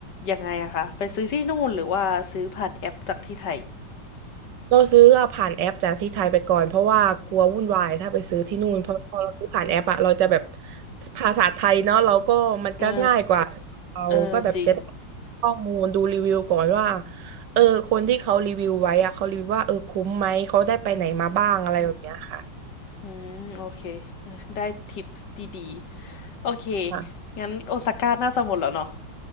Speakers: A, on the left (about 65°); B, on the right (about 70°).
A: ยังไงอะคะ ไปซื้อที่นู่นหรือว่าซื้อผ่านแอปจากที่ไทย
B: เราซื้ออะผ่านแอปจากที่ไทยไปก่อนเพราะว่ากลัววุ่นวายถ้าไปซื้อที่นู่นเพราะพอเราซื้อผ่านแอปอะเราจะแบบภาษาไทยเนาะเราก็มันก็ง่ายกว่า
A: เออ
B: เราก็แบบจะได้
A: เออจริง
B: ข้อมูลดูรีวิวก่อนว่าเออคนที่เขารีวิวไว้อะเขารีวิวว่าเออคุ้มไหมเขาได้ไปไหนมาบ้างอะไรแบบเนี้ยค่ะ
A: อืมโอเคเออได้ทิปส์ดีๆ โอเค
B: ค่ะ
A: งั้นโอซาก้าน่าจะหมดแล้วเนาะ